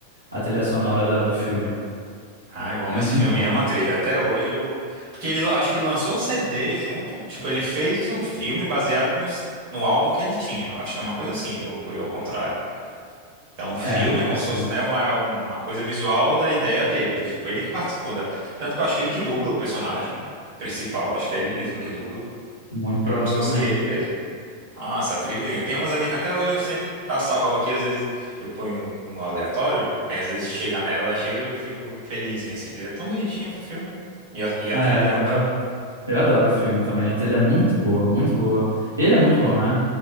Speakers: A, on the right; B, on the right.
A: a trilha sonora da- do filme.
B: Ah, eu amo
A: É muito
B: esse filme,
A: bom.
B: amo a trilha. Até hoje eu. Porque ele, acho que ele lançou o CD junto. Tipo, ele fez o filme baseado no, no álbum que ele tinha. Eu Acho que é uma coisa assim, ou foi ao contrário. Então, o filme
A: É, não
B: é como
A: sei,
B: se fosse, né, uma, uma coisa visual da ideia dele. Então, tipo, ele que participou da... Tanto que eu acho que ele que dubla o personagem principal. Acho que é ele mesmo que dubla.
A: muito provavelmente.
B: É como se fosse ele mesmo. Ah, essa trilhinha. Tem umas ali que até hoje eu sempre tá salvo aqui. Às vezes eu ponho no aleatório. Aí, às vezes, chega nela, chega eu fico felizinho, assim. que É tão bonitinho o filme. E a, e a
A: É,
B: trilha é ótima.
A: eu, Eu adoro o filme também. A trilha é muito boa, muito boa. Ele
B: Muito.
A: é muito bom, né?